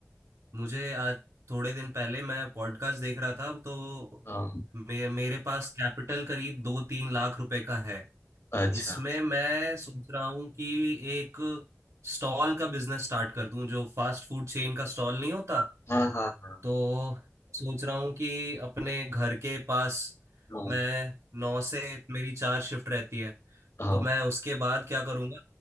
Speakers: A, on the right; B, on the left.
A: मुझे आज थोड़े दिन पहले मैं पॉडकास्ट देख रहा था तो
B: हाँ
A: मे, मेरे पास कैपिटल करीब दो तीन लाख रुपए का है
B: अच्छा
A: इसमें मैं सोच रहा हूँ कि एक स्टॉल का बिजनेस स्टार्ट कर दूं जो फास्ट फूड चेन का स्टॉल नहीं होता
B: हाँ हाँ हाँ
A: तो सोच रहा हूँ कि अपने घर के पास
B: हाँ
A: मैं नौ से मेरी चार शिफ्ट रहती है
B: हाँ
A: तो मैं उसके बाद क्या करूँगा